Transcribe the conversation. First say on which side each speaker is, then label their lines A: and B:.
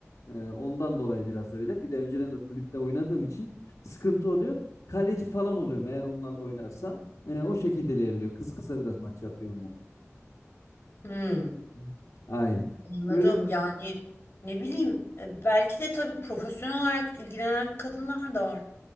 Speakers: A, on the left; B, on the left.
A: E, ondan dolayı biraz öyle. Bir de önceden de kulüpte oynadığım için sıkıntı oluyor. Kaleci falan oluyorum eğer onlarla oynarsan. E, o şekilde ilerliyor. Kısa kısa biraz maç yapıyor onlar.
B: Hmm.
A: Hı. Aynen.
B: Anladım.
A: Böyle
B: Yani ne bileyim e, belki de tabii profesyonel olarak ilgilenen kadınlar da var.